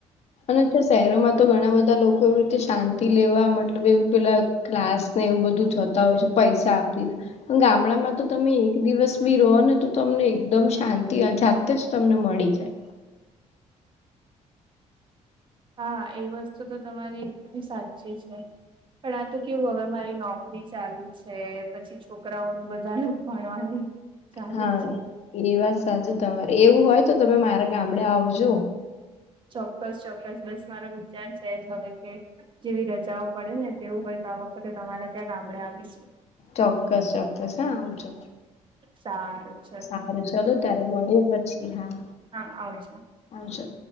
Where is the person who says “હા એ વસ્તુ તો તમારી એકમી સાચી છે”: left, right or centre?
Right